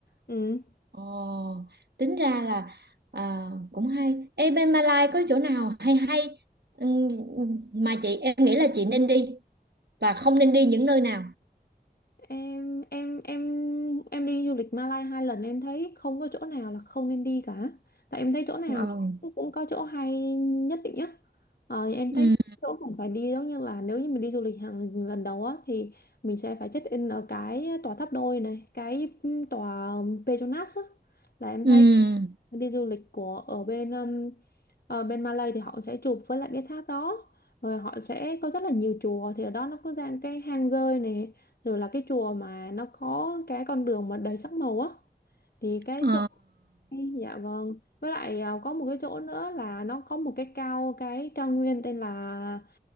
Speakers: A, on the left; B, on the right.
A: ừ
B: Ồ, tính ra là à, cũng hay. Ê, bên Malai có chỗ nào hay hay ừm, mà chị em nghĩ là chị nên đi và không nên đi những nơi nào?
A: em em em em đi du lịch Malai hai lần em thấy không có chỗ nào là không nên đi cả tại em thấy chỗ nào
B: Wow.
A: nó cũng cũng có chỗ hay nhất định nhá ờ, em
B: Ừ.
A: thấy chỗ cũng phải đi giống như là nếu như mình đi du lịch hàng lần đầu á thì mình sẽ phải check in ở cái tòa tháp đôi này cái tòa Petronas á là em
B: Ừ.
A: thấy đi du lịch của ở bên um, ở bên Malay thì họ sẽ chụp với lại cái tháp đó rồi họ sẽ có rất là nhiều chùa thì ở đó nó có dạng cái hang rơi này rồi là cái chùa mà nó có cái con đường mà đầy sắc màu á thì cái
B: Ờ.
A: chỗ Dạ vâng. Với lại à, có một cái chỗ nữa là nó có một cái cao cái cao nguyên tên là